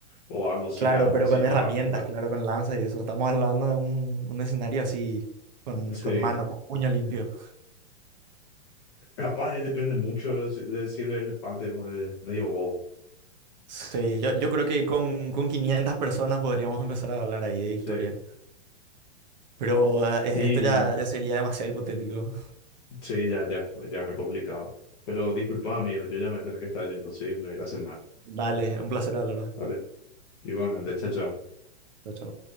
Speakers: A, on the left; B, on the right.
A: o algo sin
B: claro,
A: armas,
B: pero con
A: sin
B: herramientas,
A: herramientas.
B: claro, con lanza y eso. Estamos hablando de un, un escenario así, con,
A: Sí.
B: con mano, con puño limpio.
A: Capaz eh, depende mucho de, si- de si el elefante eh, medio bobo.
B: Sí, yo, yo creo que con, con 500 personas podríamos empezar a hablar ahí de victoria.
A: Sí.
B: Pero ah, e-
A: Y
B: esto ya, ya sería demasiado hipotético.
A: sí, ya, ya, ya es muy complicado. Pero disculpa, amigo, yo ya me voy a tener que estar yendo, sí, me voy a ir a cenar.
B: Dale, un placer hablar.
A: Vale, igualmente, chao, chao.
B: Chao, chao.